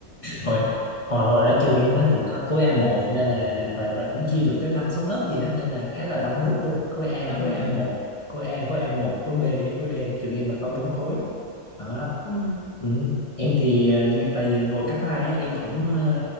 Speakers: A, on the left; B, on the left.
A: hồi hồi hồi ở trường em á thì có khối a một nên là và và cũng chia được tới năm sáu lớp gì á nên là khá là đông đúc luôn khối A
B: đông
A: khối a
B: nhở
A: một khối A khối a một khối B với khối D trường em là có bốn khối đó
B: ừ.
A: Ừ. Em thì ờ, tại vì hồi cấp 2 á em cũng ờ,